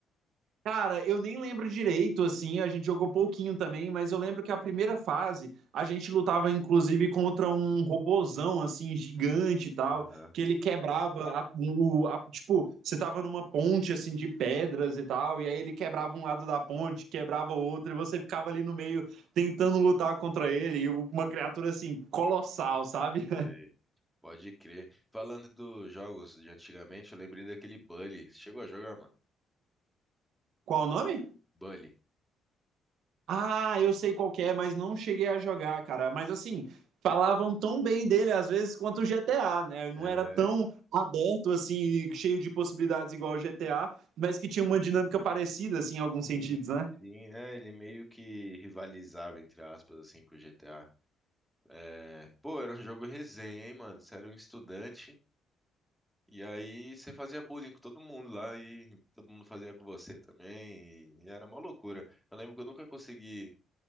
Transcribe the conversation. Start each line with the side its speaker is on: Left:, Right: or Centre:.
Right: Cara, eu nem lembro direito, assim, a gente jogou pouquinho também, mas eu lembro que a primeira fase a gente lutava inclusive contra um robozão, assim, gigante e tal,
Centre: Aham,
Right: que ele quebrava, a- o, a- tipo, você tava numa ponte, assim, de pedras e tal, e aí ele quebrava um lado da ponte, quebrava o outro, e você ficava ali no meio tentando lutar contra ele, e uma criatura, assim, colossal, sabe?
Centre: sei. Pode crer. Falando dos jogos de antigamente, eu lembrei daquele Bully. Chegou a jogar, mano?
Right: <laughs> Qual o nome?
Centre: Bully.
Right: Ah, eu sei qual que é, mas não cheguei a jogar, cara. Mas assim, falavam tão bem dele às vezes quanto o GTA, né? Não
Centre: É,
Right: era tão aberto assim, cheio de possibilidades igual o GTA, mas que tinha uma dinâmica parecida assim em alguns sentidos,
Centre: sim,
Right: né?
Centre: sim, é, ele meio que rivalizava, entre aspas, assim, com o GTA. É, pô, era um jogo resenha, hein, mano? Você era um estudante e aí você fazia bullying com todo mundo lá e todo mundo fazia com você também e, era uma loucura. Eu lembro que eu nunca consegui